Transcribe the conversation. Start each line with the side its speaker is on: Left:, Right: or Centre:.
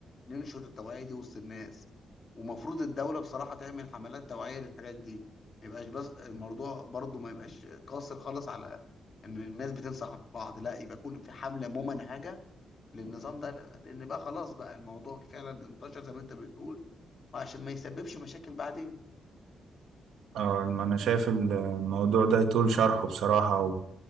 Left: ننشر التوعية دي وسط الناس ومفروض الدولة بصراحة تعمل حملات توعية للحاجات دي ما يبقاش بس الموضوع برضو ما يبقاش قاصر خالص على إن الناس بتنصح بعض لا يبقى يكون في حملة ممنهجة للنظام ده لا. لان بقى خلاص بقى الموضوع فعلا انتشر زي ما انت بتقول وعشان ما يسببش مشاكل بعدين
Right: اه انا شايف الموضوع ده يطول شرحه بصراحه